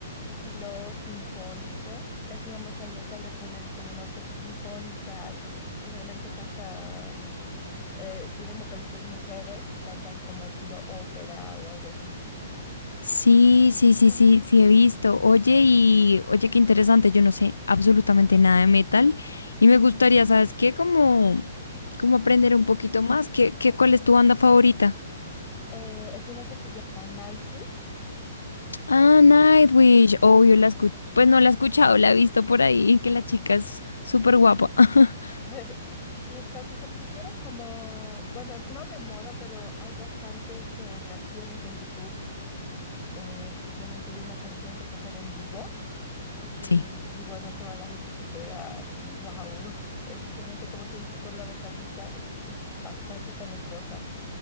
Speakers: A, on the left (about 25°); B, on the left (about 85°).
A: estilo sinfónico, es digamos al metal le ponen como una orquesta sinfónica y, y generalmente canta, mm, eh, tienen vocalistas mujeres que cantan como estilo ópera o algo así.
B: Sí, sí, sí,
A: Ujú.
B: sí, sí he visto. Oye, y oye, qué interesante, yo no sé absolutamente nada de metal y me gustaría, ¿sabes qué? Como, como aprender un poquito más. ¿Qué, qué, cuál es tu banda favorita?
A: Eh, es una que se llama Nightwish
B: Ah, Nightwish,
A: y...
B: obvio,
A: ujú.
B: la escucho. Pues no la he escuchado, la he visto por ahí, que la chica es súper guapa. <laughs>
A: <laughs> Sí, exacto. Se pusieron como, bueno, no de moda, pero hay bastantes eh, reacciones en YouTube eh, especialmente de una canción que tocan en vivo y,
B: Sí.
A: y bueno, toda la gente se queda así, wow, <laughs> especialmente como tú dices por la vocalista, es, es bastante talentosa